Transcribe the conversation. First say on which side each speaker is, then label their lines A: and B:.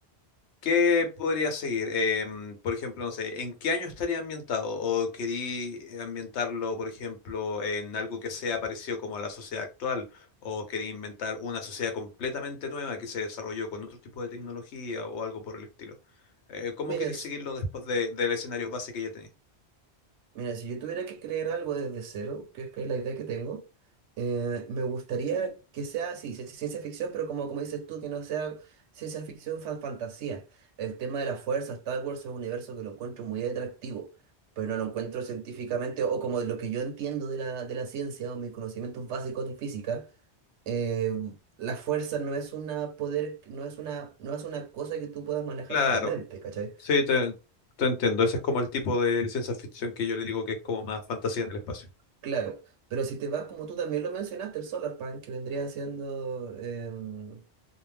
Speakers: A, on the left (about 85°); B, on the right (about 85°).
A: ¿Qué podría seguir? Em, por ejemplo, no sé, ¿en qué año estaría ambientado? ¿O querí ambientarlo, por ejemplo, en algo que sea parecido como a la sociedad actual? ¿O querí inventar una sociedad completamente nueva que se desarrolló con otro tipo de tecnología o algo por el estilo? Eh, ¿cómo
B: mira,
A: queréis seguirlo después de- del escenario base que ya tenéis?
B: Mira, si yo tuviera que crear algo desde cero, que es, que es la idea que tengo, eh, me gustaría que sea así, ci- ciencia ficción, pero como, como dices tú, que no sea ciencia ficción fan fantasía. El tema de la fuerza, Star Wars es un universo que lo encuentro muy atractivo, pero no lo encuentro científicamente, o como de lo que yo entiendo de la, de la ciencia o mis conocimientos básicos de física, eh, la fuerza no es una poder, no es una, no es una cosa que tú puedas manejar
A: Claro.
B: con la mente, ¿cachai?
A: Sí, te, te entiendo. Ese es como el tipo de ciencia ficción que yo le digo que es como más fantasía en el espacio.
B: Claro, pero si te vas, como tú también lo mencionaste, el Solarpunk, que vendría siendo em,